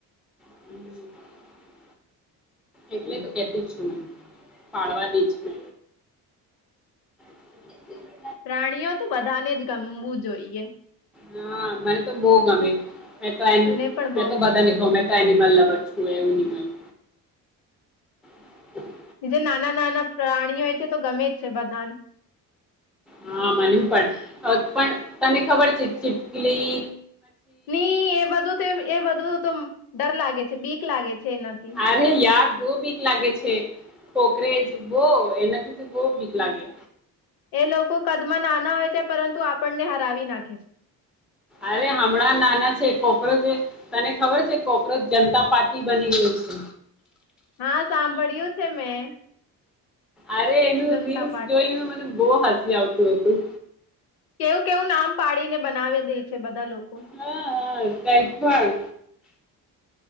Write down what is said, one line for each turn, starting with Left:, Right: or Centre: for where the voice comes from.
Centre: <inaudible> એટલે તો કેતી છું. મે પાડવા દિ જ મે <inaudible>
Left: પ્રાણીઓ તો બધાને જ ગમવું જોઈએ
Centre: હા, મને તો બહુ ગમે. મે તો એમ
Left: મને પણ
Centre: મે
Left: બહુ
Centre: તો
Left: ગમે
Centre: બધા લખ <inaudible> તો એનિમલ લવર હું એવું ની માનું <inaudible>
Left: છે નાના નાના પ્રાણીઓ હોય છે. તો ગમે જ છે બધાને
Centre: હા મને પણ, પણ તને ખબર છે ચીટકલી
Left: નહી, એ બધું એ બધું ત ડર લાગે છે. બીક લાગે છે. એનાથી
Centre: અરે યાર બહુ બીક લાગે છે. કોકરેજ બહુ, એનાથી તો બહુ ભીક લાગે.
Left: એ લોકો કદમાં નાના હોય છે. પરંતુ આપણને હરાવી નાખે છે.
Centre: અરે હમણાં નાના છે. કોકરોજ તને ખબર છે કોકરોચ જનતા પાર્ટી બની ગયો છે.
Left: હા! સાંભળ્યું છે મેં.
Centre: અરે એનું
Left: જનતા
Centre: રીલ્સ
Left: પાર્ટી
Centre: જોઈને, મને બહુ હસ આવતું હતું.
Left: કેવું કેવું નામ પાડીને બનાવી દે છે બધા લોકો
Centre: હા હા કયખણ